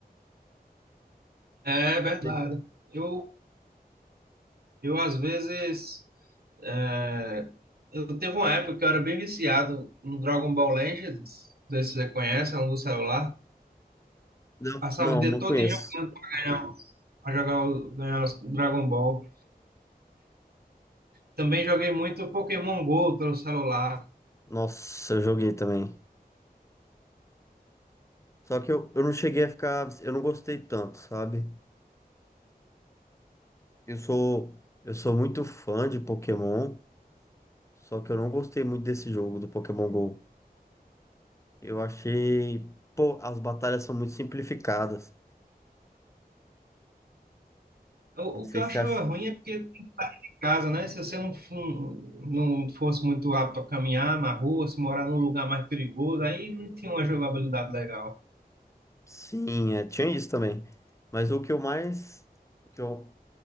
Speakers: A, on the right; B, on the left.
A: É verdade.
B: Esse-
A: Eu, eu às vezes. é, eu teve uma época que eu era bem viciado no Dragon Ball Legends. Não sei se você conhece, é um do celular.
B: Não,
A: Passava
B: não,
A: o dia
B: não
A: todo
B: conheço.
A: em jogando pra ganhar, pra jogar o, ganhar os Dragon Ball. Também joguei muito Pokémon Go pelo celular.
B: Nossa, eu joguei também. Só que eu, eu não cheguei a ficar. Eu não gostei tanto, sabe? Eu sou, eu sou muito fã de Pokémon, só que eu não gostei muito desse jogo do Pokémon Go. Eu achei, pô, as batalhas são muito simplificadas.
A: O,
B: Não sei
A: o que eu
B: se
A: achava
B: acha.
A: ruim é porque tem que sair de casa, né? Se você não, fu- não fosse muito apto a caminhar na rua, se morar num lugar mais perigoso, aí não tinha uma jogabilidade legal.
B: Sim, é, tinha isso também. Mas o que eu mais, o que eu,